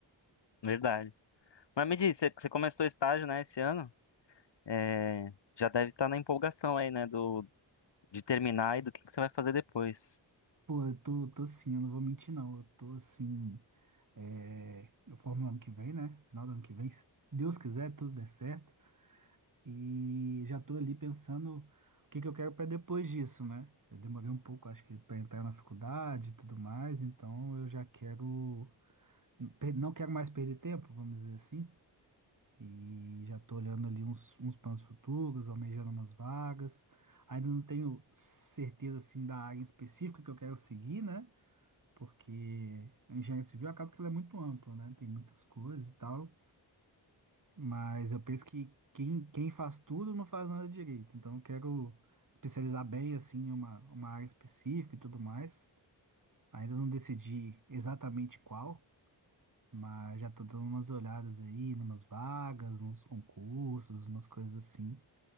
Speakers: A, on the left; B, on the right.
A: <laughs> verdade. Mas me diz, você, você começou estágio, né, esse ano? É, já deve estar na empolgação aí, né, do, de terminar e do que, que você vai fazer depois.
B: Pô, eu tô, tô assim, eu não vou mentir, não. Eu tô assim. É... Eu formo no ano que vem, né? Final do ano que vem, se Deus quiser, tudo der certo. E já tô ali pensando o que que eu quero pra depois disso, né? Eu demorei um pouco, acho que, pra entrar na faculdade e tudo mais, então eu já quero. per- Não quero mais perder tempo, vamos dizer assim. E já tô olhando ali uns, uns planos futuros, almejando umas vagas. Ainda não tenho certeza, assim, da área específica que eu quero seguir, né? Porque a engenharia civil acaba que ela é muito ampla, né? Tem muitas coisas e tal. Mas eu penso que quem, quem faz tudo não faz nada direito. Então eu quero especializar bem, assim, em uma, uma área específica e tudo mais. Ainda não decidi exatamente qual. Mas já tô dando umas olhadas aí, numas vagas, nos concursos, umas coisas assim.